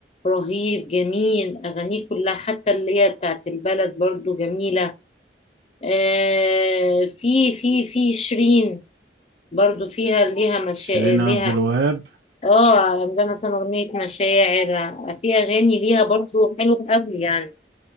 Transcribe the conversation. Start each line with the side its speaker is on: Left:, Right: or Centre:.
Left: رهيب جميل اغانيه كلها حتى اللي هي بتاعت البلد برضو جميله آه في في في شيرين برضو فيها ليها مشا...
Right: شيرين
Left: ليها
Right: عبد الوهاب
Left: اه عندها مثلا اغنيه مشاعر في اغاني ليها برضو حلوه قوي يعني